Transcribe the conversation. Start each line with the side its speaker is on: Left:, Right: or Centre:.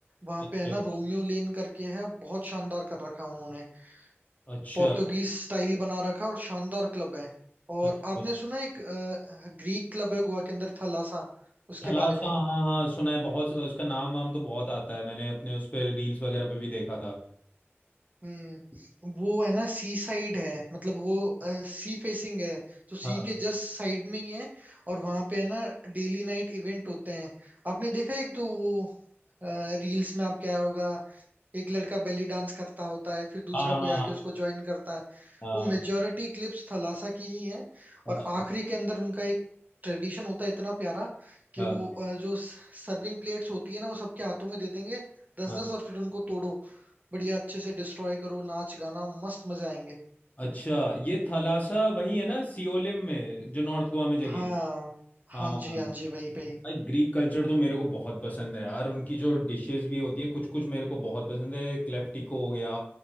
Right: वहां
Left: अच्छा
Right: पे है ना रोमियो लेन करके है बहुत शानदार कर रखा है उन्होंने
Left: अच्छा
Right: पोर्तुगीज स्टाइल बना रखा है और शानदार क्लब है और
Left: अच्छा
Right: आपने सुना है एक ग्रीक क्लब है गोवा के अंदर थलासा उसके
Left: थलासा
Right: बारे में
Left: हाँ हाँ सुना है बहुत उसका नाम वाम तो बहुत आता है मैंने अपने उस पर रील्स वगैरह पे भी देखा था
Right: हम्म वो है ना सी साइड है मतलब वो सी फेसिंग है तो सी
Left: हाँ हाँ
Right: के जस्ट साइड में ही है और वहां पे है ना डेली नाइट इवेंट होते हैं आपने देखा है एक तो वो रील्स में आप क्या होगा एक लड़का बेली डांस करता होता है फिर दूसरा
Left: हाँ
Right: कोई
Left: हाँ
Right: आके उसको ज्वाइन करता है
Left: हाँ
Right: वो मेजोरिटी क्लिप्स थलासा की ही है
Left: अच्छा
Right: और आखिरी के अंदर उनका एक ट्रेडिशन होता है इतना प्यारा कि
Left: हाँ
Right: वो अ, जो सर्विंग प्लेट्स होती है ना वो सबके हाथों में दे देंगे दस
Left: हाँ
Right: दस और फिर उनको तोड़ो बढ़िया अच्छे से डिस्ट्रॉय करो नाच गाना मस्त मजे आएंगे
Left: अच्छा ये थलासा वही है ना सियोलिम में जो नॉर्थ गोवा में जगह
Right: हाँ
Left: है।
Right: हाँ
Left: हाँ
Right: जी हाँ जी वही वही
Left: भाई ग्रीक कल्चर तो मेरे को बहुत पसंद है यार उनकी जो डिशेस भी होती है कुछ कुछ मेरे को बहुत पसंद है क्लेफ्टिको हो गया